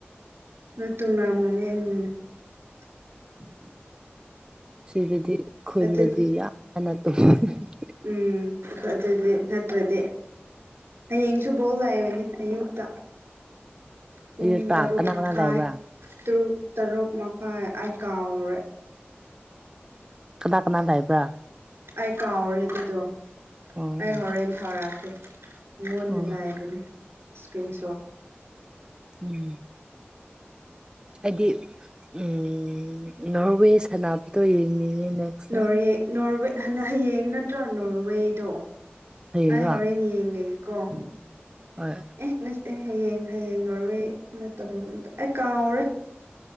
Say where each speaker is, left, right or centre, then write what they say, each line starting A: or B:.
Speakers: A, on the right; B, on the right.
A: <unintelligible>
B: ꯁꯤꯗꯗꯤ ꯈꯨꯣꯏꯗꯗꯤ
A: ꯑꯗꯨ
B: ꯌꯥꯅ ꯇꯨꯝ <unintelligible>
A: ꯎꯝ <unintelligible> ꯑꯗꯨꯗꯤ ꯅꯠ ꯅꯠꯇ꯭ꯔꯗꯤ ꯍꯌꯦꯡꯁꯨ ꯕꯣꯜ ꯂꯥꯏꯕꯅꯦ ꯑꯌꯨꯛꯇ ꯄꯨꯡ
B: ꯑꯌꯨꯛꯇ
A: ꯇꯔꯨꯛ
B: ꯀꯅꯥ
A: ꯃꯈꯥꯏ
B: ꯀꯅꯥ ꯂꯩꯕ꯭ꯔꯥ
A: ꯇꯔꯨꯛ ꯇꯔꯨꯛ ꯃꯈꯥꯏ ꯑꯩ ꯀꯥꯎꯔꯦ
B: ꯀꯅꯥ ꯀꯅꯥ ꯂꯥꯏꯕ꯭ꯔꯥ
A: ꯑꯩ ꯀꯥꯎꯔꯦ ꯑꯗꯨꯗꯣ
B: ꯑꯣ
A: ꯑꯩ
B: ꯑꯣ
A: ꯍꯣꯔꯦꯟ ꯊꯧꯔꯛꯀꯦ ꯉꯣꯟꯗ
B: ꯑꯣ
A: ꯂꯩꯕꯅꯦ ꯁꯀ꯭ꯔꯤꯟ ꯁꯣꯠ
B: ꯎꯝ ꯑꯩꯗꯤ ꯎꯝ ꯅꯣꯔꯋꯦꯁ ꯁꯅꯥꯕꯗꯣ ꯌꯦꯡꯅꯤꯡꯉꯤ ꯅꯦꯛꯁꯇ
A: ꯅꯣꯔꯋꯦ <unintelligible> ꯍꯌꯦꯡ ꯅꯠꯇ꯭ꯔꯥ ꯅꯣꯔꯋꯦꯗꯣ
B: ꯍꯌꯦꯡꯔꯣ
A: ꯑꯩ ꯍꯣꯔꯦꯟ ꯌꯦꯡꯉꯒꯦꯀꯣ
B: ꯍꯣꯏ
A: ꯉꯁꯤ ꯑꯦ ꯍꯌꯦꯡ ꯍꯌꯦꯡ ꯅꯣꯔꯋꯦ ꯅꯠꯇꯕꯒꯨꯝꯇꯧ ꯑꯩ ꯀꯥꯎꯔꯦ